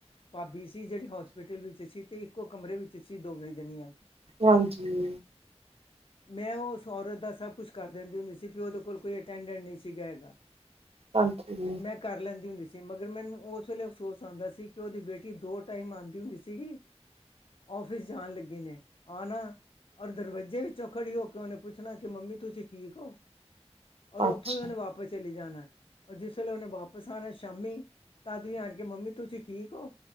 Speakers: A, on the left; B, on the right.
A: ਪਾਬੀ ਸੀ ਜੜੀ ਹੋਸਪਿਟਲ ਵਿੱਚ ਸੀ ਤੇ ਇੱਕੋ ਕਮਰੇ ਵਿੱਚ ਸੀ ਦੋਵੇਂ ਜਨੀਆ।
B: ਹਾਂਜੀ।
A: ਮੈਂ ਓ ਓਸ ਔਰਤ ਦਾ ਸਭ ਕੁਛ ਕਰ ਦੇਂਦੀ ਹੁੰਦੀ ਸੀ ਬੀ ਓਦੇ ਕੋਲ ਕੋਈ ਅਟੈਂਡੈਂਟ ਨਈ ਸੀਗਾ ਹੈਗਾ।
B: <unintelligible>
A: ਮੈਂ ਕਰ ਲੈਂਦੀ ਹੁੰਦੀ ਸੀ। ਮਗਰ ਮੈਨੂੰ ਓਸ ਵੇਲੇ ਅਫਸੋਸ ਆਂਦਾ ਸੀ ਕਿ ਓਦੀ ਬੇਟੀ ਦੋ ਟਾਈਮ ਆਂਦੀ ਹੁੰਦੀ ਸੀਗੀ। ਓਫਿਸ ਜਾਣ ਲੱਗੇ ਨੇ, ਆਣਾ। ਔਰ ਦਰਵਜੇ ਵਿੱਚੋਂ ਖੜੀ ਹੋ ਕੇ ਓਨੇ ਪੁੱਛਣਾ ਕਿ ਮੰਮੀ ਤੁਸੀ ਠੀਕ ਓ। ਔਰ ਓਥੋਂ
B: ਅੱਛਾ
A: ਈ ਓਨੇ ਵਾਪਸ ਚਲੀ ਜਾਨੈ। ਔਰ ਜਿਸ ਵੇਲੇ ਓਨੇ ਵਾਪਸ ਆਨੈ ਸ਼ਾਮੀ ਤਦ ਵੀ ਆਣ ਕੇ ਮੰਮੀ ਤੁਸੀ ਠੀਕ ਓ।